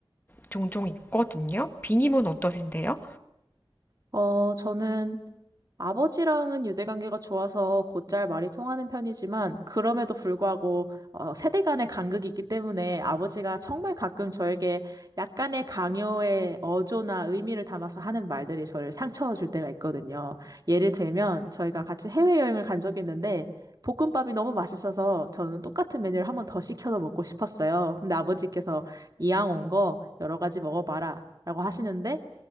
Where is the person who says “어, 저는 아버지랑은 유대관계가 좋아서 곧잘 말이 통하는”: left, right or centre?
Right